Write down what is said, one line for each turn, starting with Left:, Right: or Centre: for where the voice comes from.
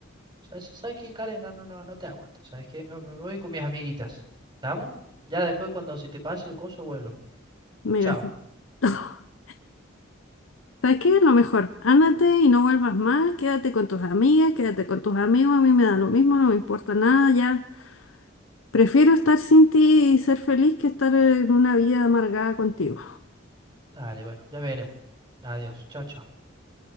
Right: ¿Sabes, sabes qué, Karen? No, no, no, no te aguanto. ¿Sabes qué? Me, me voy con mis amiguitas. ¿Estamos? Ya después, cuando se te pase el coso, vuelvo.
Left: Mira,
Right: Chao.
Left: sí. <laughs> ¿Sabes qué? Lo mejor, ándate y no vuelvas más, quédate con tus amigas, quédate con tus amigos, a mí me da lo mismo, no me importa nada, ya. Prefiero estar sin ti y ser feliz que estar en una vida amargada contigo.
Right: Dale, bueno, ya veremos. Adiós. Chao, chao.